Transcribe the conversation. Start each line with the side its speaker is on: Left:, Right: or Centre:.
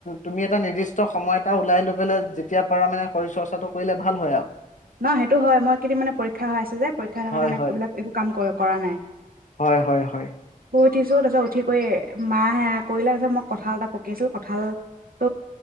Left: তুমি এটা নিৰ্দিষ্ট সময় এটা উওলাই লবলে যেতিয়া পাৰা মানে শৰীৰ চৰ্চাটো কৰিলে ভাল হয় আৰু।
Right: ন সেইটো হয়, মই একেদিন মানে পৰীক্ষা হৈ আছে যে পৰীক্ষা থকাৰ
Left: হয়
Right: কাৰণে
Left: হয়
Right: এইবিলাক একো কাম কৰা নাই।
Left: হয় হয় হয়
Right: শুই উঠিছোঁ তাছৰ উঠি কৈ মা হে কৰিলে পিছত মোক কঁঠাল এটা পকি আছিল কঁঠাল। ত